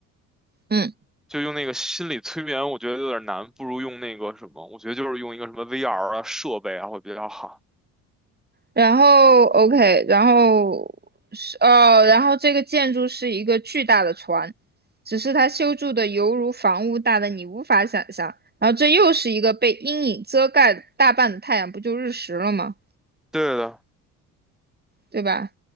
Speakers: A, on the right (about 20°); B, in the centre.
A: 嗯，
B: 就用那个心理催眠，我觉得有点儿难，不如用那个什么，我觉得就是用一个什么 VR 啊设备啊会比较好。
A: 然后 OK，然后是哦，然后这个建筑是一个巨大的船，只是它修筑的犹如房屋大的你无法想象。然后这又是一个被阴影遮盖大半的太阳，不就日食了吗？
B: 对的，
A: 对吧？